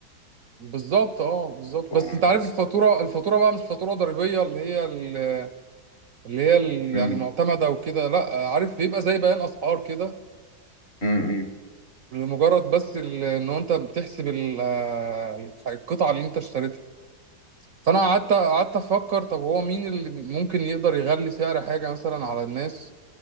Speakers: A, on the right (about 55°); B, on the left (about 35°).
A: بالظبط اه بالظبط
B: تقوم-
A: بس انت عارف الفاتوره الفاتوره بقى مش فاتوره ضريبيه اللي هي ال- اللي هي ال-
B: امم
A: يعني معتمده وكده لا عارف بيبقى زي بيان اسعار كده
B: امم امم.
A: لمجرد بس ال- ان انت بتحسب ال- آه، القطعه اللي انت اشتريتها فانا قعدت قعدت افكر طب هو مين اللي ممكن يقدر يغلي سعر حاجه مثلا على الناس